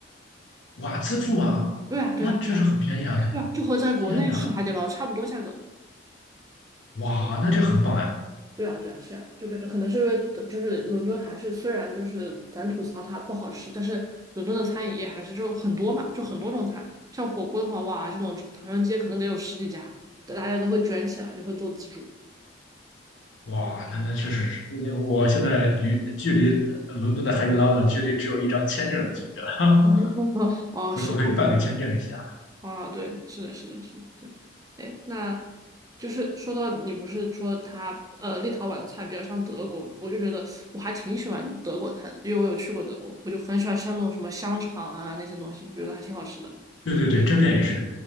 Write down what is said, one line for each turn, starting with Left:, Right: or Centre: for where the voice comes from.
Left: 哇，自助啊，
Right: 对啊，对啊，
Left: 那确实很便宜啊，
Right: 对啊，
Left: 感觉。
Right: 对啊，就和在国内吃海底捞差不多价格。
Left: 天哪，哇，那这很棒呀！
Right: 对啊，对啊，是啊，就感觉可能是因为等就是伦敦还是虽然就是咱吐槽它不好吃，但是伦敦的餐饮业还是就很多嘛，就很多种菜。像火锅的话，哇，这种唐人街可能得有十几家，大家都会卷起来，就会做自助。
Left: 哇，那那确实是，因为我现在离距离伦敦的海底捞的距离只有一张签证的距离了，<laughs>
Right: <laughs> 哦，
Left: 回头可以办个签证一下。
Right: 是哦，<laughs> 对，啊，对，是的，是的，是的，对。哎，那就是说到你不是说它呃立陶宛的菜比较像德国嘛，我就觉得我还挺喜欢德国菜的，因为我有去过德国，我就很喜欢吃那种什么香肠啊那些东西，我觉得还挺好吃的。
Left: 对对对，这边也是，